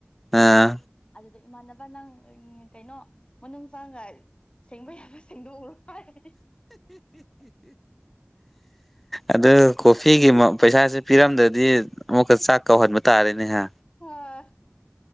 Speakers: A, in the centre; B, on the left.
A: ꯑꯥ
B: ꯑꯗꯨꯗ ꯏꯃꯥꯟꯅꯕ ꯅꯪ ꯀꯩꯅꯣ ꯃꯅꯨꯡ ꯆꯪꯉꯒ ꯁꯦꯡꯕ ꯌꯥꯕ ꯁꯦꯡꯗꯣꯛꯎꯔꯣ ꯍꯥꯏ
A: ꯑꯗꯨ ꯀꯣꯐꯤꯒꯤ ꯃ ꯄꯩꯁꯥꯁꯨ ꯄꯤꯔꯝꯗꯗꯤ ꯑꯃꯨꯛꯀ ꯆꯥꯛ ꯀꯧꯍꯟꯕ ꯇꯥꯔꯦꯅꯦꯍ
B: ꯍꯣꯏ